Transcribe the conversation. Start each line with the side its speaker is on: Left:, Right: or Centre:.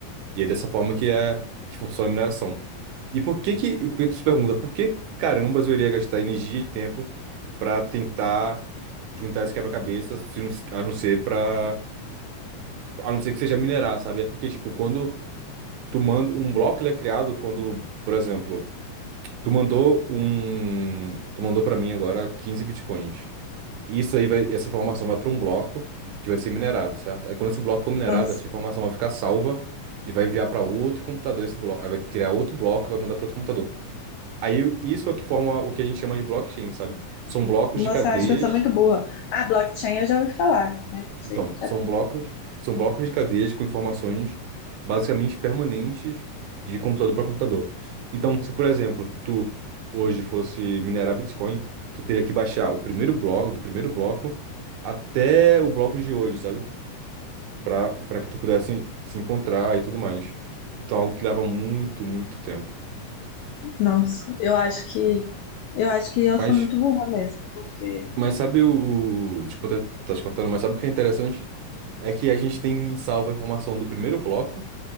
Right: E é dessa forma que é que funciona a mineração. E por que que, e por que tu se pergunta, por que carambas eu iria gastar energia e tempo para tentar juntar esse quebra-cabeça, se não- a não ser para a não ser que seja minerar, sabe? É porque tipo, quando tu manda um bloco, ele é criado quando, por exemplo, tu mandou um, tu mandou para mim agora quinze bitcoins. Isso aí vai, essa informação vai para um bloco que vai ser minerado, certo? Aí quando esse bloco for minerado,
Left: Nossa,
Right: essa informação vai ficar salva e vai enviar para outro computador esse bloco. Aí vai criar outro bloco e vai mandar para outro computador. Aí isso é o que forma o que a gente chama de blockchain, sabe? São blocos
Left: nossa,
Right: de cadeias
Left: eu acho que eu sou muito burra. Ah, blockchain eu já ouvi falar, mas não sei
Right: então,
Left: o que que
Right: são
Left: é.
Right: blocos, são blocos de cadeias com informações basicamente permanentes de computador para computador. Então, se por exemplo, tu hoje fosse minerar Bitcoin, tu teria que baixar o primeiro bloco, do primeiro bloco até o bloco de hoje, sabe? Para para que tu pudesse se encontrar e tudo mais. Então, algo que leva muito, muito tempo.
Left: Nossa, eu acho que eu acho que eu
Right: Mas
Left: sou muito burra mesmo, porque
Right: mas sabe o, o desculpa tá, tá te cortando, mas sabe o que é interessante? É que a gente tem salva a informação do primeiro bloco